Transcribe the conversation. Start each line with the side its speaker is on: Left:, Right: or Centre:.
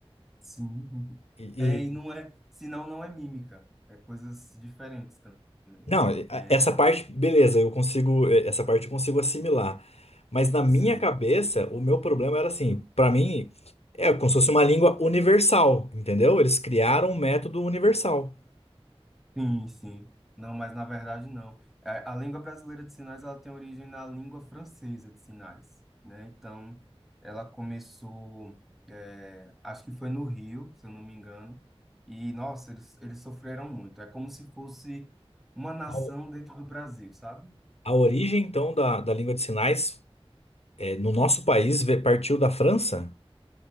Centre: sim.
Left: E,
Centre: É,
Left: e-
Centre: e não é, senão não é mímica, é coisas diferentes também,
Left: não, e-
Centre: né?
Left: a- essa parte, beleza, eu consigo, é, essa parte eu consigo assimilar. Mas na minha
Centre: Sim.
Left: cabeça, o meu problema era assim, pra mim, é como se fosse uma língua universal, entendeu? Eles criaram um método universal.
Centre: Sim, sim. Não, mas na verdade não. É, A língua brasileira de sinais ela tem origem na língua francesa de sinais, né? Então, ela começou, é, acho que foi no Rio, se eu não me engano. E, nossa, eles, eles sofreram muito. É como se fosse uma nação
Left: A, o-
Centre: dentro do Brasil, sabe?
Left: a origem, então, da, da língua de sinais. É, no nosso país, ve- partiu da França?